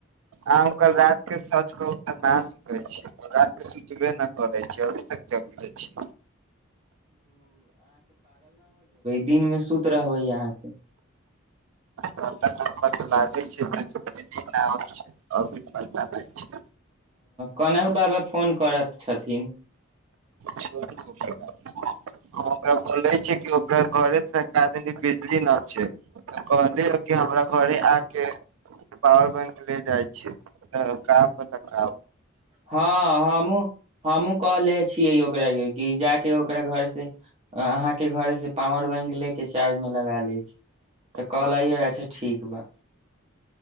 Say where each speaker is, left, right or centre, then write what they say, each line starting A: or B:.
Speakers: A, on the right (about 80°); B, on the right (about 30°).
A: अह ओकर रात के सौच कहू तऽ न सुतै छी रात के सुतबे नहि करै छै अभी तक जग छी
B: दिनमे सुत रहबै अहाँके
A: रा त बदलाै छैै छै आओर भी बदलाै छै
B: कोनाहु बाबा फोन करैत छथिन
A: छोड़ू ओकरा हम ओकरा बोले छी कि ओकरा घरे से द बिजली नहि छै तऽ कहलिय कि हमरा घरे आके पॉावर बैंक ले जाइ छै तऽका पतक
B: हँ हमूँ हमहुँ कहले छियै यो कहबै कि जा कऽ ओकरा घरेसँ अहाँके घरेसँ पावर बैंक ले के चार्जमे लगा लैत छी तऽ
A: हँ
B: कहलैैय अच्छा ठीक बा